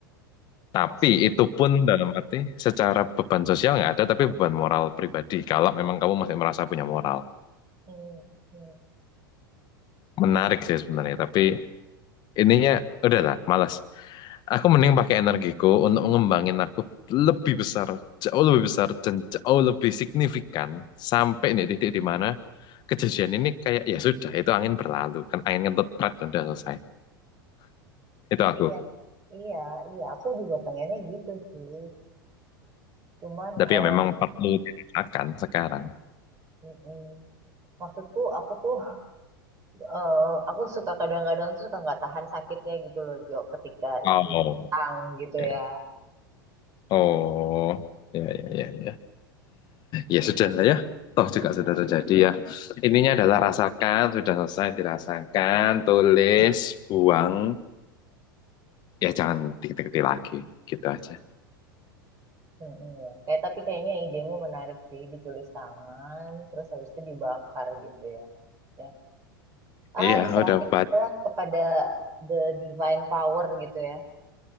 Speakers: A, on the left; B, on the right.
A: Tapi
B: Maksudnya,
A: itu pun dalam arti secara beban sosial nggak ada, tapi beban moral pribadi. Kalau memang kamu masih merasa punya moral,
B: hmm. hmm.
A: menarik sih sebenarnya. Tapi ininya udahlah, malas. Aku mending pakai energiku untuk mengembangin aku lebih besar, jauh lebih besar dan jauh lebih signifikan sampai nih titik di mana kejadian ini kayak ya sudah itu angin berlalu kan angin kentut prat udah selesai. Itu aku.
B: Iya, iya, iya. Aku juga pengennya gitu sih. Cuman,
A: Tapi
B: eh,
A: ya memang perlu ditingkatkan sekarang.
B: mm, mm. Maksudku aku tuh eh, aku suka kadang-kadang tuh suka nggak tahan sakitnya gitu loh Jo ketika
A: Oh.
B: itu datang gitu
A: oke.
B: ya.
A: Oh, ya, ya, ya, ya. Ya sudah lah ya. Toh juga sudah terjadi ya. Ininya adalah rasakan, sudah selesai dirasakan, tulis, buang. Ya jangan diketik-ketik lagi. Gitu aja.
B: Mm-mm, ya. Kayak tapi kayaknya idemu menarik sih ditulis tangan terus habis itu dibakar gitu ya. Ya. Ah
A: Iya,
B: diserahin
A: udah baca.
B: aja lah kepada the divine power gitu ya.